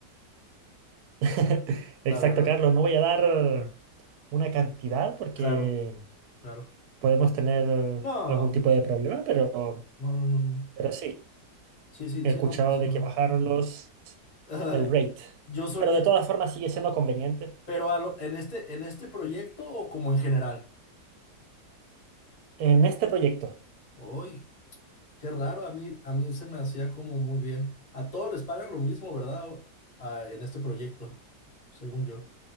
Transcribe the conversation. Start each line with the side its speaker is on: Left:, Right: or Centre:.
Right: <laughs> Exacto,
Left: la verdad.
Right: Carlos. No voy a dar una cantidad porque
Left: Claro, claro.
Right: podemos tener
Left: No,
Right: algún tipo de problema, pero,
Left: no, no, no, no.
Right: pero sí,
Left: Sí, sí,
Right: he
Left: sí,
Right: escuchado
Left: no pasó
Right: de
Left: nada.
Right: que bajaron los,
Left: <laughs>
Right: el rate.
Left: Yo soñé,
Right: Pero de todas formas sigue siendo conveniente.
Left: pero a lo- en este, en este proyecto o como en general.
Right: En este proyecto
Left: Uy, qué raro, a mí, a mí se me hacía como muy bien. A todos les pagan lo mismo, ¿verdad? O- a- en este proyecto, según yo.